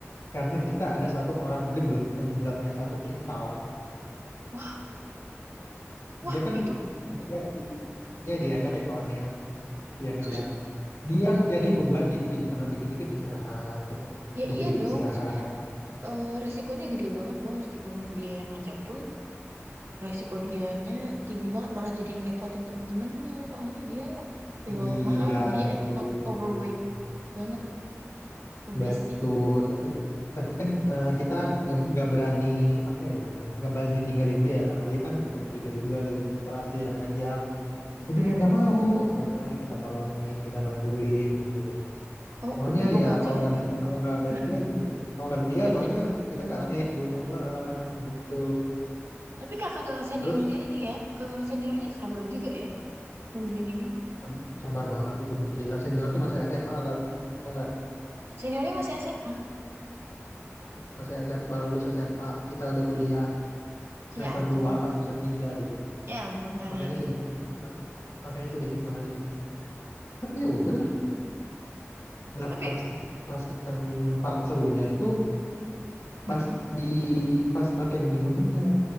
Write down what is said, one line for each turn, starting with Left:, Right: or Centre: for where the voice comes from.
Left: karena kita ada satu orang gendut yang beratnya satu kintal.
Right: Wah, wah,
Left: Dia kan
Right: itu
Left: dia ya dia yang ngajak soalnya, dia yang ngajak.
Right: <clears throat>
Left: Dia menjadi beban di tim karena dikit-dikit istirahat gitu.
Right: Ya
Left: Dikit-dikit
Right: iya dong,
Left: istirahat.
Right: maksudnya eh, resikonya gede banget loh meskipun dia yang ngajak pun resiko dianya tinggi banget malah jadi ngerepotin temen-temennya soalnya dia yo
Left: Iya,
Right: maaf dia
Left: betul.
Right: emang overweight banget obes
Left: Betul,
Right: sih
Left: tapi tapi kan eh, kita nggak nggak berani apa ya namanya, nggak berani ninggalin dia ya karena dia kan teman kita juga, dia teman sekelas dia yang ngajak.
Right: Mm-mm.
Left: Jadi mau nggak mau, ya udah kita tolongin, kita bantuin gitu.
Right: oh
Left: Soalnya
Right: untung
Left: ya
Right: aja
Left: kalau nggak ada
Right: dap-
Left: kalau nggak ada
Right: Mm-mm,
Left: dia juga, kalau nggak ada dia
Right: nggak
Left: soalnya
Right: jadi
Left: kita nggak naik gunung eh, gitu.
Right: tapi kakak-kakak seniornya
Left: Terus
Right: ini ya kakak seniornya sabar juga ya nungguin ini
Left: sab- sabar banget itu gila senior tuh masih SMA atau nggak?
Right: seniornya masih SMA
Left: Masih SMA, baru lulus SMA, kita udah kuliah semester
Right: ya ampun
Left: 2 apa semester 3 gitu.
Right: ya ampun kalian
Left: makanya
Right: ini
Left: sedikit makanya sedikit malu tapi ya udahlah nah
Right: tapi
Left: pas pas yang part serunya itu
Right: Mm-mm,
Left: pas di pas ngecamp di gunungnya